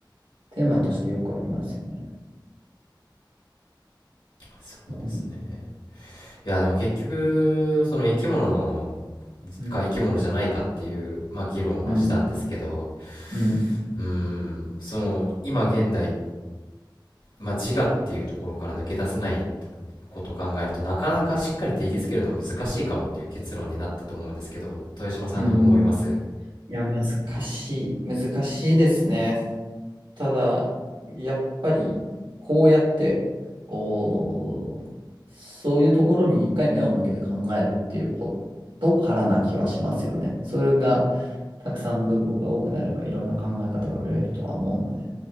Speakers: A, on the right (about 80°); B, on the left (about 80°).
A: テーマとしてよくありますよね。
B: そうですね
A: も
B: いやでも結局その生き物の
A: うん。
B: か生き物じゃないかっていう、まあ、議論はしたんですけど
A: うん。うん。うん。
B: うーんその今現代、まあ、自我っていうところから抜け出せないことを考えるとなかなかしっかり定義づけるのは難しいかもっていう結論になったと思うんですけど豊島さんどう思います
A: うんうんいや、難しい。難しいですね。ただ、やっぱり、こうやって、こう、そういうところに一回目を向けて考えるっていうことからな気はしますよね。それが、たくさん分母が多くなれば、いろんな考え方が増えるとは思うので。